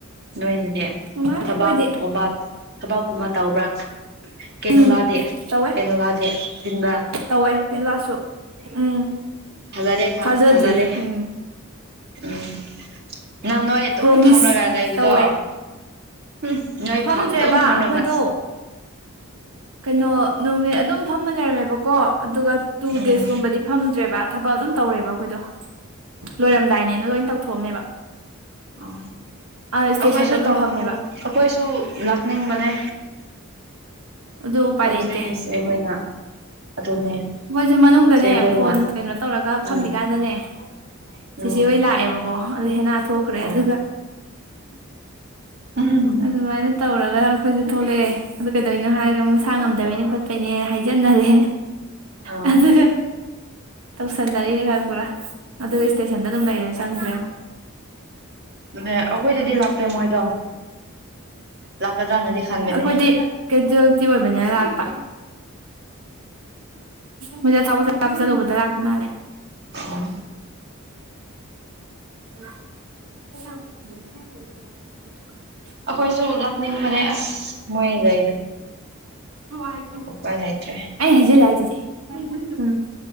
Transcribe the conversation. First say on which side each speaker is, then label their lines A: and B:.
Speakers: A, on the right (about 50°); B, on the right (about 85°).
A: ꯅꯣꯏꯗꯨꯗꯤ
B: ꯅꯨꯡꯉꯥꯏ
A: ꯊꯕꯥꯛꯒꯨꯝꯕ
B: ꯑꯩꯈꯣꯏꯗꯤ
A: ꯊꯕꯛꯀꯨꯝꯕ ꯇꯧꯕ꯭ꯔꯥ ꯀꯦꯅꯣꯂꯥꯗꯤ
B: ꯎꯝ ꯇꯧꯋꯦ
A: ꯀꯦꯅꯣꯂꯥꯗꯤ ꯆꯤꯟꯕ꯭ꯔ
B: ꯇꯧꯋꯦ ꯌꯦꯂꯥꯁꯨ ꯎꯝ
A: ꯊꯖꯔꯦ ꯊ
B: ꯊꯥꯖꯗ꯭ꯔꯤ
A: ꯊꯖꯔꯦ
B: ꯎꯝ
A: ꯎꯝ ꯅꯪ ꯅꯣꯏ ꯑꯗꯨꯝ
B: ꯄ꯭ꯔꯣꯃꯤꯁ
A: ꯐꯝꯂꯒ ꯂꯩꯕꯗꯣ
B: ꯇꯧꯋꯦ
A: ꯎꯝ ꯅꯣꯏ
B: ꯐꯝꯗ꯭ꯔꯦꯕ
A: ꯐꯥꯝ ꯑꯗꯨꯝ ꯐꯥꯝꯂꯒ
B: ꯑꯩꯈꯣꯏꯗꯣ ꯀꯩꯅꯣ ꯅꯨꯃꯤꯠ ꯑꯗꯨꯝ ꯐꯝꯃ ꯂꯩꯔꯝꯃꯦꯕꯀꯣ ꯑꯗꯨꯒ ꯇꯨ
A: ꯎꯝ
B: ꯗꯦꯖꯀꯨꯝꯕꯗꯤ ꯐꯝꯗ꯭ꯔꯦꯕ ꯊꯕꯛ ꯑꯗꯨꯝ ꯇꯧꯔꯦꯕ ꯑꯩꯈꯣꯏꯗꯣ ꯂꯣꯏꯔꯝꯗꯥꯏꯅꯦꯅ ꯂꯣꯏ ꯇꯧꯊꯣꯛꯑꯝꯃꯦꯕ
A: ꯑꯣ
B: ꯏꯁꯇꯦꯁꯟꯗ
A: ꯑꯩꯈꯣꯏꯁꯨ
B: ꯑꯗꯨꯝ
A: ꯇꯧ
B: ꯐꯝꯃꯦꯕ
A: ꯑꯩꯈꯣꯏꯁꯨ ꯂꯥꯛꯅꯤꯡꯕꯅꯦ
B: ꯑꯗꯨ ꯎꯄꯥꯏ
A: ꯍꯧꯖꯤꯛꯁꯦ
B: ꯂꯩꯇꯦ
A: ꯑꯩꯈꯣꯏꯅ ꯑꯗꯨꯅꯦ
B: ꯑꯩꯈꯣꯏꯁꯨ ꯃꯅꯨꯡꯗꯅꯦ
A: ꯁꯦ ꯑꯩꯈꯣꯏꯅ
B: ꯐꯣꯟ ꯀꯩꯅꯣ ꯇꯧꯔꯒ ꯐꯝꯃꯤꯀꯥꯟꯗꯅꯦ
A: ꯎꯝ
B: ꯁꯤꯁꯤꯦ
A: ꯎꯝ
B: ꯍꯣꯏ ꯂꯥꯛꯑꯦꯕꯣ ꯑꯣ ꯑꯗꯨ ꯍꯦꯟꯅ ꯊꯣꯛꯈ꯭ꯔꯦ
A: ꯑꯣ
B: ꯑꯗꯨꯒ
A: ꯎꯝ
B: ꯑꯗꯨꯃꯥꯏꯅ <inaudible> ꯇꯧꯔꯒ ꯑꯩꯈꯣꯏꯁꯨ ꯊꯣꯛꯂꯛꯑꯦ ꯑꯗꯨ ꯀꯩꯗꯧꯅꯣ ꯍꯥꯏꯔꯒ ꯃꯁꯥ ꯉꯝꯗꯕꯩꯅꯤ ꯈꯣ ꯀꯩꯅꯦ ꯍꯥꯏꯖꯟꯅꯔꯦ
A: ꯑꯥ
B: ꯑꯗꯨꯒꯥ ꯇꯧꯁꯟꯅꯔꯤꯅꯦ ꯈꯡꯕꯔꯥ ꯑꯗꯨꯒ ꯏꯁꯇꯦꯁꯟꯗ ꯑꯗꯨꯝ ꯂꯩꯔ ꯆꯪꯗ꯭ꯔꯦ
A: ꯅ ꯑꯩꯈꯣꯏꯗꯤꯗꯤ ꯂꯥꯛꯇꯦ ꯃꯣꯏꯗꯣ ꯂꯥꯛꯀꯗ꯭ꯔꯅꯗꯤ ꯈꯟꯕꯅꯦ
B: ꯑꯩꯈꯣꯏꯗꯤ ꯀꯦꯖꯨꯋꯦꯂꯤꯇꯤ ꯑꯣꯏꯕꯅꯤꯅ ꯂꯥꯛꯄ ꯃꯣꯏꯗꯦ ꯊꯥꯕꯠꯠ ꯊꯥ ꯆꯠꯂꯨꯕꯗ ꯂꯥꯛꯄ ꯃꯥꯜꯂꯦ
A: ꯑꯣ
B: ꯎ
A: ꯑꯩꯈꯣꯏꯁꯨ ꯂꯥꯛꯅꯤꯡꯕꯅꯦ ꯑꯁ ꯃꯣꯏꯗ
B: ꯍꯋꯥ ꯍꯥꯏ
A: ꯎꯄꯥꯏ ꯂꯩꯇ꯭ꯔꯦ
B: ꯑꯩ ꯍꯥꯏꯖꯂꯦ ꯍꯥꯏꯖꯁꯦ ꯎꯝ